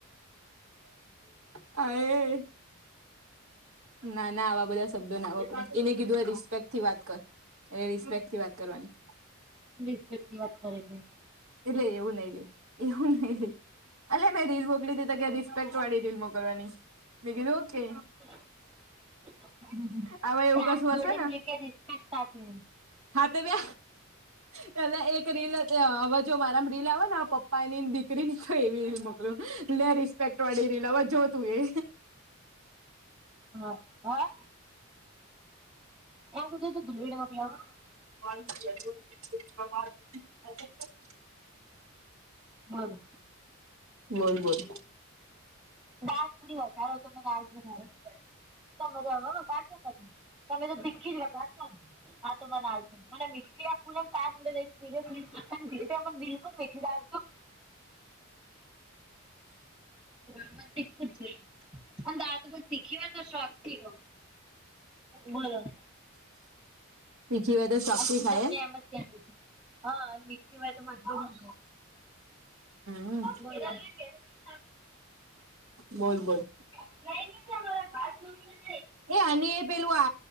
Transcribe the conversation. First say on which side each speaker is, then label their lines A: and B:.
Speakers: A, on the right (about 80°); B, on the right (about 25°).
A: અ ય <unintelligible> ના, ના, આવા બધા શબ્દો ના હોડ એને કીધું, એ રિસ્પેક્ટ થી વાત કરુ. એય રિસ્પેક્ટ થી વાત કરવાની.
B: રિસ્પેક્ટ થી વાત કર્યા.
A: એટલે એવું નઈ લે, એવું નહીં લે. અલ્યા મેં રીલ મોકલી દી તો કે, રિસ્પેક્ટ વાળી રીલ મોકલવાની, મે કીધું ઓકે.
B: હ.
A: હવે એવું
B: હાત
A: કશું
B: જોડીને
A: હશે
B: કે, રિસ્પેક્ટ સાથે.
A: હાતે બે પેલા એક રીલ હવે. જો મારામ રીલ આવે ને, પપ્પા ની દીકરી ની તો, એવી રીલ મોકલ લે, રિસ્પેક્ટ વાળી રીલ આવે જો તું એ
B: હા હા. એ સુધ તો દુહી <unintelligible>
A: <unintelligible> <inaudible>
B: મારુ.
A: બોલ બોલ,
B: દોડી <unintelligible> વધારો તમે દા જોના તમે બધ હવે વગાશો, તમે તો તીખી જ વધારશો ને આ તો મને, ને મીઠી આપ પુલ ત જોડે જાય સિરિયસલી પણ બિલકુલ મીઠી દાણ, <unintelligible> મને તીખું જ જોઈએ. અને દાણ તો મન તીખી વાતો શોખ થી ખાઉ. બોલો?
A: શીખી હોય તો ચોક્કસ
B: આજ પુનમ
A: થાય
B: ને એમ જ કેતી તી હા મીઠી હોય તો <inaudible> અરે હું કઈ
A: હમ
B: ના આવ-
A: બોલ, બોલ?
B: નહી મારા ભાત નક <inaudible>
A: એ અને એ પેલું અ